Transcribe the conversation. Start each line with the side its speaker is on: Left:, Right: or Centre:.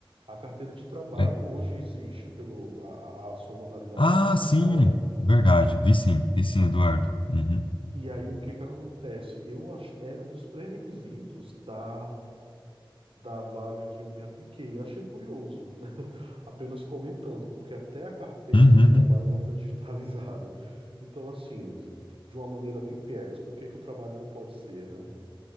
Right: A carteira de trabalho
Left: É.
Right: hoje existe pelo a, a a sua modalidade
Left: Ah,
Right: digital.
Left: sim, verdade. Vi sim, vi sim, Eduardo. Uhum.
Right: E aí o que que acontece? Eu acho, era um dos pré-requisitos da da vaga que eu me apliquei. Eu achei curioso, <laughs> apenas comentando, porque até a carteira
Left: Uhum.
Right: de trabalho ela foi digitalizada. Então, assim, de uma maneira bem piegas, por que que o trabalho não pode ser, né?